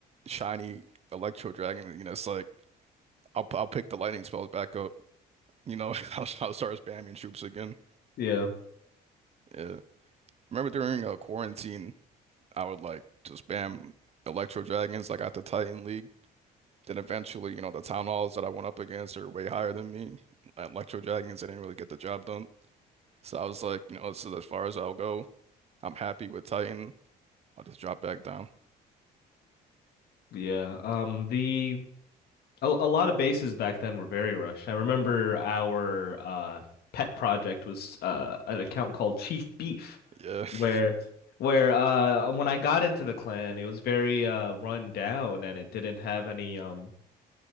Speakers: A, on the right; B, on the left.
A: shiny Electro Dragon and you know it's like I'll I'll pick the lightning spells back up. You know, <laughs> I'll, I'll start spamming troops again.
B: Yeah.
A: Yeah. Remember during uh, quarantine, I would like to spam Electro Dragons like at the Titan League. Then eventually, you know, the town halls that I went up against are way higher than me. At Electro Dragons, they didn't really get the job done. So I was like, you know, this is as far as I'll go. I'm happy with Titan. I'll just drop back down.
B: Yeah. Um the a, a lot of bases back then were very rushed. I remember our uh pet project was uh an account called Chief Beef
A: Yeah,
B: where
A: <laughs>
B: <laughs> where uh when I got into the clan it was very uh run down and it didn't have any um